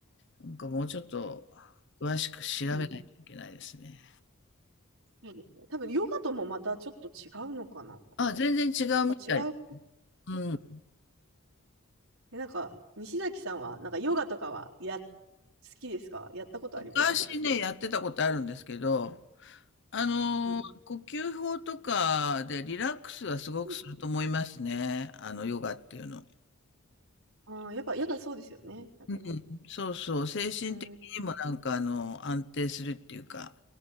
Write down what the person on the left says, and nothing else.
なんかもうちょっと詳しく調べないといけないですね。
あ、全然違うみたい。
うん。
昔ね、やってたことあるんですけど、あのー呼吸法とかでリラックスはすごくすると思いますね。
あの、ヨガっていうの。
うん、そうそう。精神的にもなんかあの、
安定するっていうか、